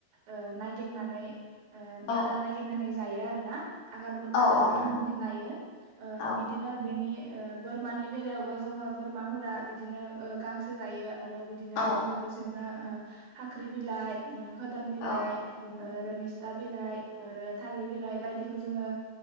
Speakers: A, on the right; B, on the left.
A: ओ नायगिरनानै ओ
B: औ
A: आदार नायगिरनानै जायो आरोना। आगार
B: औ
A: आदार
B: औ
A: बथुम
B: नंगौ
A: मजि लायो ओ
B: औ
A: बिदिनो बेनि ओ बोरमानि बेलायावबो जोङो बोरमाफोरा बिदि बिदिनो ओ गांसो जायो आरो बिदिनो
B: औ
A: जोङो बिसोरनो ओ फाख्रि बिलाइ उमओ खोदोम बिलाइ
B: औ
A: ओ रोमिस्ता बिलाइ आरो थालिर बिलाइ बायदिसिना खौ जोङो